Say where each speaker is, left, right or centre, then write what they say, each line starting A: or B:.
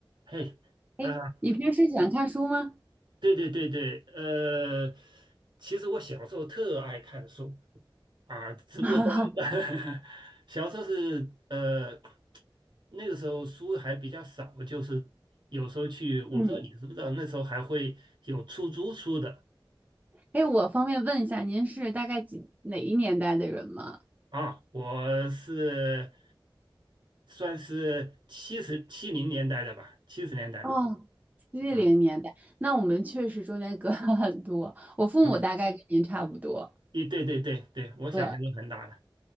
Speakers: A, on the right; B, on the right.
A: 嘿，
B: 哎，
A: 啊、
B: 你平时喜欢看书吗？
A: 对对对对，呃，其实我小时候特爱看书啊，只不过到
B: <laughs> 哈哈，
A: <laughs> 小时候是呃，那个时候书还比较少，就是有时候去，我不知道你知不知道，
B: 嗯，
A: 那时候还会有出租书的
B: 哎，我方便问一下，您是大概几哪一年代的人吗？
A: 啊，我是算是七十七零年代的吧，七十年代的吧
B: 哦，七零年代，
A: 啊
B: 那我们确实中间隔了很多。我父母大概跟您差不多。
A: 啊，对对对对对，我小孩也很大了
B: 对，